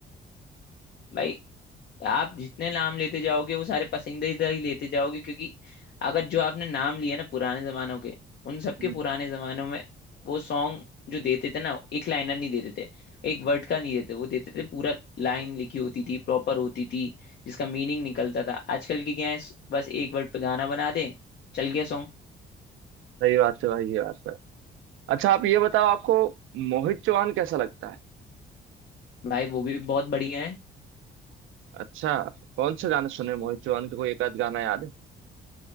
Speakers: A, on the left; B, on the right.
A: भाई आप जितने नाम लेते जाओगे वो सारे पसंदीदा ही लेते जाओगे क्योंकि अगर जो आपने नाम लिया ना पुराने जमानों के उन सबके
B: हम्म,
A: पुराने जमानों में वो सॉन्ग जो देते थे ना एक लाइनर नहीं देते थे एक वर्ड का नहीं देते वो देते थे पूरा लाइन लिखी होती थी प्रॉपर होती थी जिसका मीनिंग निकलता था आजकल की क्या है बस एक वर्ड पे गाना बना दे चल गया सॉन्ग
B: सही बात है भाई ये बात तो है अच्छा आप ये बताओ आपको मोहित चौहान कैसा लगता है
A: भाई वो भी बहुत बढ़िया है
B: अच्छा कौन सा गाना सुने मोहित चौहान का कोई एक आध गाना याद है